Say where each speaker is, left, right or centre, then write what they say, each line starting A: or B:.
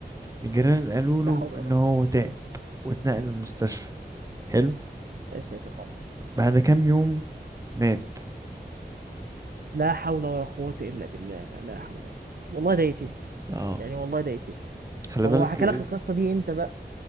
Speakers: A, on the right (about 20°); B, on the right (about 60°).
A: الجيران قالوا
B: لا
A: له
B: حول ولا
A: ان هو
B: قوة
A: تعب واتنقل المستشفى حلو
B: يا ساتر يا رب.
A: بعد كام يوم مات
B: لا حول ولا قوة إلا بالله لا حول ولا والله ده يتيم
A: اه
B: يعني والله ده يتيم
A: خلي
B: طب
A: بالك
B: هو حكى لك القصة دي امتى بقى؟